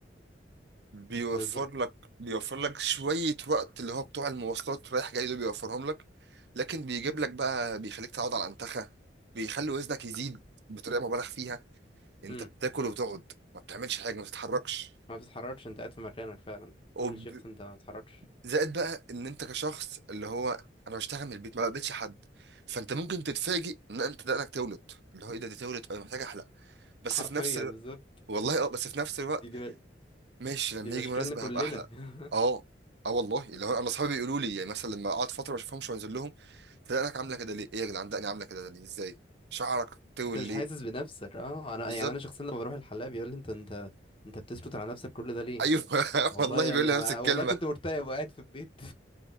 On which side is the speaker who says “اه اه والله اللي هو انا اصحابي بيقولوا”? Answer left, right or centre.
Right